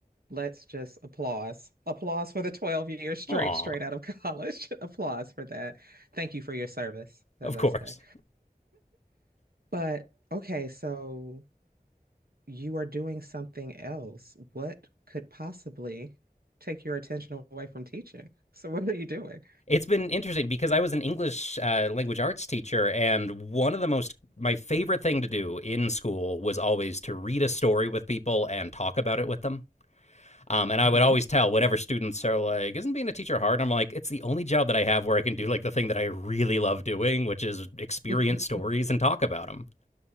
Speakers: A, on the right; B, on the left.
A: Let's just applause. Applause for the 12 years straight,
B: Aw,
A: straight out of college. <laughs> Applause for that. Thank you for your service, as
B: of
A: I
B: course.
A: say. But okay, so you are doing something else. What could possibly take your attention away from teaching? So what are you doing?
B: It's been interesting because I was an English uh, language arts teacher, and one of the most, my favorite thing to do in school was always to read a story with people and talk about it with them. Um, and I
A: hmm
B: would always tell whenever students are like, "Isn't being a teacher hard?" I'm like, "It's the only job that I have where I can do like the thing that I really love doing, which is experience
A: <laughs>
B: stories and talk about them."